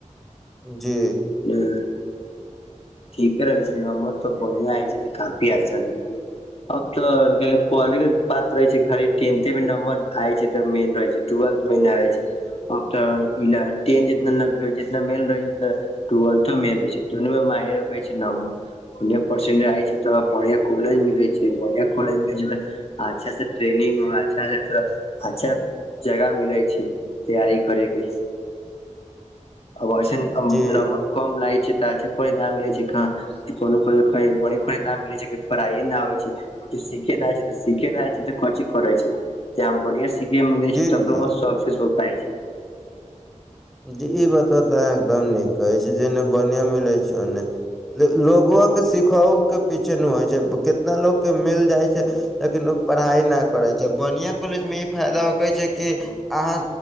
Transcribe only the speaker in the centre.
जी
जी
जी
जी
जी ई बतवा तऽ अहाँ एकदम नीक कहै छी जेने बढ़ियाँ मिलै छै ओन्ने लोगवा के सिखहु के पीछे न होइ छै कितना लोग के मिल जाय छै लेकिन ओ पढ़ाइ नहि करै छै बढ़ियाँ कॉलेज मे ई फायदा होखै छै कि अहाँ